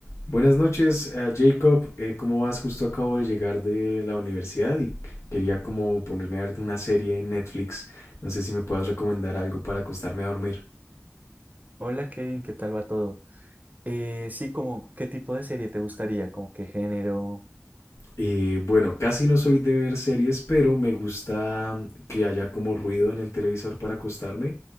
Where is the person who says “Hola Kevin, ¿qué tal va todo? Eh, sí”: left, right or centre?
Right